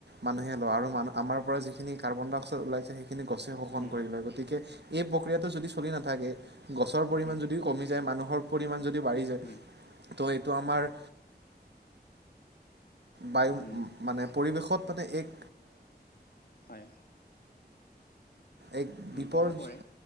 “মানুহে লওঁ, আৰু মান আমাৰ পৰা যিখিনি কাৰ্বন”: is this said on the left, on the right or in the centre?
Right